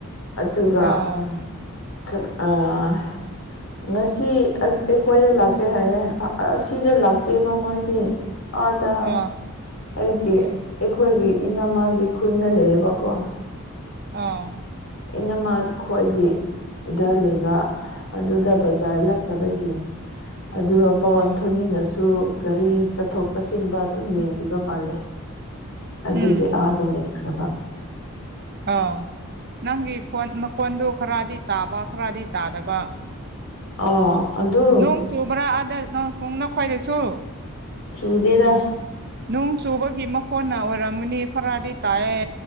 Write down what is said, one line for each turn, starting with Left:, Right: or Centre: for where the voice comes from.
Left: ꯑꯗꯨꯒ
Right: ꯑꯣ
Left: ꯎꯝ ꯈꯔ ꯑꯥ ꯉꯁꯤ ꯑꯩ ꯑꯩꯈꯣꯏꯗ ꯂꯥꯛꯀꯦ ꯍꯥꯏꯌꯦ ꯑꯁꯤꯗ ꯂꯥꯛꯇꯦꯕ ꯃꯣꯏꯗꯤ ꯑꯥꯗ
Right: ꯑꯣ
Left: ꯑꯩꯒꯤ ꯑꯩꯈꯣꯏꯒꯤ ꯏꯅꯝꯃꯒꯤ ꯈꯨꯟꯗ ꯂꯩꯌꯦꯕ ꯀꯣ
Right: ꯑꯥ
Left: ꯏꯅꯝꯃ ꯈꯣꯏꯒꯤ ꯗ ꯂꯩꯕ ꯑꯗꯨꯗ ꯕꯖꯥꯔ ꯂꯥꯞꯇꯕꯒꯤ ꯑꯗꯨ ꯄꯋꯥꯟ
Right: ꯑꯣ
Left: ꯊꯣꯅꯤꯅꯁꯨ ꯒꯥꯔꯤ ꯆꯠꯊꯣꯛ ꯆꯠꯁꯤꯟꯕ ꯇꯨꯝ ꯌꯦꯡꯕꯤꯕ ꯃꯥꯜꯂꯤ ꯑꯗꯨꯒꯤ
Right: ꯎꯝ
Left: ꯑꯥꯗ ꯂꯩꯈ꯭ꯔꯕ
Right: ꯑꯣ ꯅꯪꯒꯤ ꯐꯣꯟ ꯃꯈꯣꯟꯗꯨ ꯈꯔꯗꯤ ꯇꯥꯕ ꯈꯔꯗꯤ ꯇꯥꯗꯕ
Left: ꯑꯣ ꯑꯗꯨ
Right: ꯅꯣꯡ ꯆꯨꯕ꯭ꯔꯥ ꯑꯗ ꯅꯣꯡ ꯈꯣꯡꯅ ꯈꯣꯏꯗꯁꯨ
Left: ꯆꯨꯗꯦꯗ
Right: ꯅꯣꯡ ꯆꯨꯕꯒꯤ ꯃꯈꯣꯟꯅ ꯑꯣꯏꯔꯝꯒꯅꯤ ꯈꯔꯗꯤ ꯇꯥꯏꯌꯦ